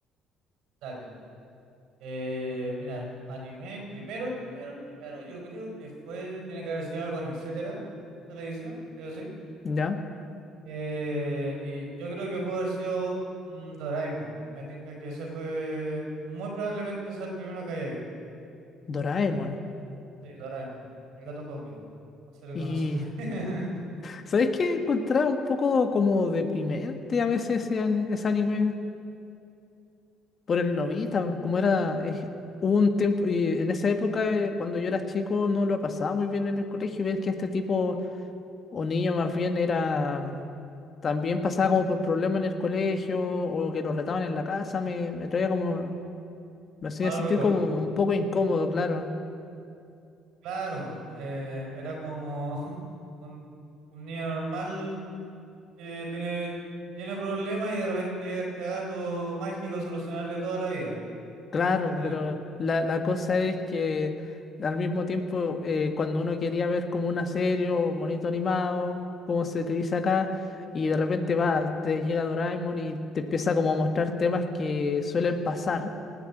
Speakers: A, on the right (about 75°); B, on the left (about 40°).
A: Dale. Eh, mira, anime, el primero, el primero, el primero, yo creo que fue, tiene que haber sido algo en Etcétera, televisión, sí o sí.
B: ¿Ya?
A: Eh, y yo creo que pudo haber sido mm, Doraemon. Me tinca que ese fue, muy probablemente es el primero que haya visto.
B: Doraemon.
A: Sí, Doraemon, el gato cósmico. No se le
B: Y
A: conoce también. <laughs>
B: ¿sabes qué? Encontraba un poco como deprimente a veces ese, an- ese anime. Por el novita, como era, eh, hubo un tiempo, y en esa época, eh, cuando yo era chico, no lo pasaba muy bien en el colegio, y ves que este tipo, o niño más bien, era, mm, también pasaba como por problemas en el colegio, o que lo retaban en la casa, me, me traía como, me hacía
A: Malo
B: sentir
A: recuerdo.
B: como un poco incómodo, claro.
A: Claro, eh, era como <laughs> un, un niño normal que tiene, tiene problemas y de repente este gato mágico solucionarle toda la vida, po,
B: Claro,
A: entretenerlo.
B: pero la, la cosa es que al mismo tiempo, eh, cuando uno quería ver como una serie o monito animado, como se te dice acá, y de repente va, te llega Doraemon y te empieza como a mostrar temas que suelen pasar,